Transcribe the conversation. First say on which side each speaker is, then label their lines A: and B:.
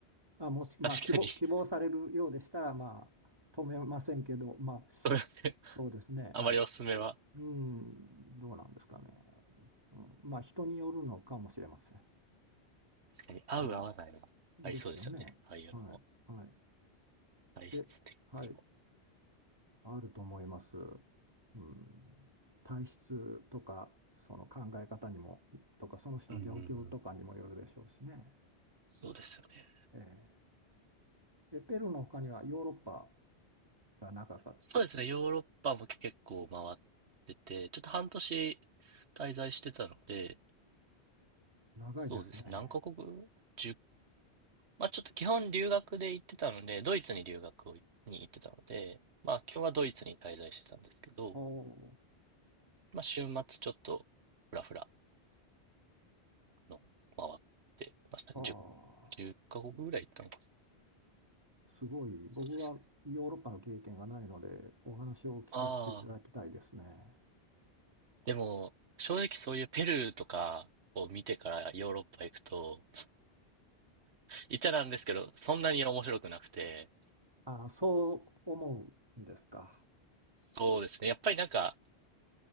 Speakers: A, on the right (about 20°); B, on the right (about 75°).
A: あ、もし、まあ、
B: 確かに、
A: 希望、
B: <laughs> す
A: 希望されるようでしたら、まあ、止めませんけど、まあ、
B: みません。
A: そうですね、はい。
B: あまりおすすめは、
A: うん、どうなんですかね。うん、まあ、人によるのかもしれません。
B: 確かに合う合わないはありそうですよね。
A: ええ、ですよね。
B: ああいうのも、
A: はい、はい。
B: 体質的にも。
A: え、はい、あると思います。うん、体質とか、その考え方にも、とか、その人の状況とかにもよるでしょうしね。
B: うんうんうん。そうですよね。
A: ええ、えペルーの他にはヨーロッパが長かった。
B: そうですね。ヨーロッパも結構回ってて、ちょっと半年滞在してたので、
A: 長いですね。
B: そうですね。何カ国 ?10 まあちょっと基本留学で行ってたので、ドイツに留学をいに行ってたので、まあ今日はドイツに滞在してたんですけど、
A: お
B: まあ週末ちょっとふらふらあの回ってましたね。
A: あ
B: 10、じゅっカ国ぐらい行ったのかな。
A: あー、すごい。すごい。僕はヨーロッパの経験がないので、
B: そうです。
A: お話を聞かせていただきたいですね。
B: ああ、でも正直そういうペルーとかを見てからヨーロッパ行くと、言っちゃなんですけど、そんなに面白くなくて、
A: あーそう思うんですか。
B: そうですね。やっぱりなんか、